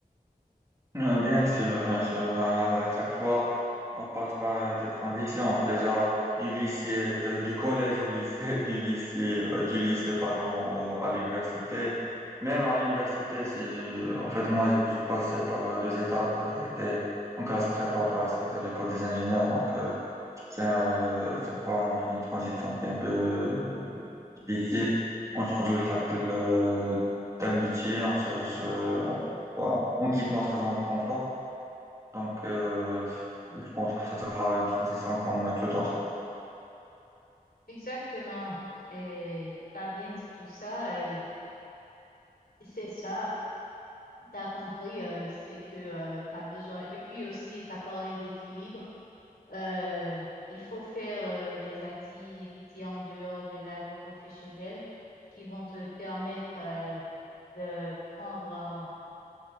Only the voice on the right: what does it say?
Euh, Bien sûr, bien sûr. Euh, À chaque fois, on passe par euh, des transitions. Déjà, du lycée, euh, du collège au lycée, <laughs> du lycée, euh, du lycée, pardon, au- à l'université. Même à l'université, c'est, euh, en fait, moi, j'ai passé par euh, deux étapes. Ça a été en classe prépa par la suite à l'école des ingénieurs. Donc, euh, ça, euh, chaque fois, on vit une transition qui est un peu euh, difficile. On change de cercle euh, d'amitié, on cherche, euh, on, voilà, on quitte notre zone de confort. Donc, euh, je pense que ça sera une transition comme tout autre.